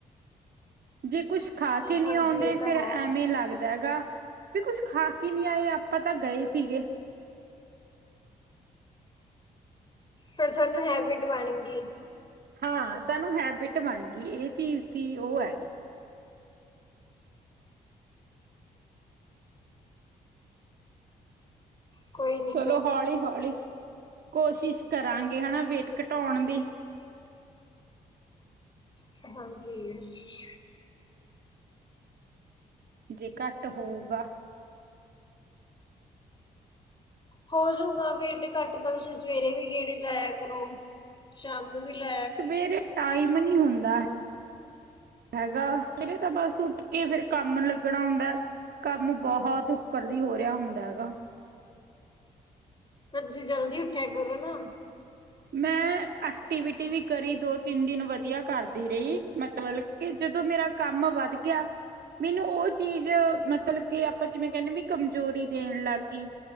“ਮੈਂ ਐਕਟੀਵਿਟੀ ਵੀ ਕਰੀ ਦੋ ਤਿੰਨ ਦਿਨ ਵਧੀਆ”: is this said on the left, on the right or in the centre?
Right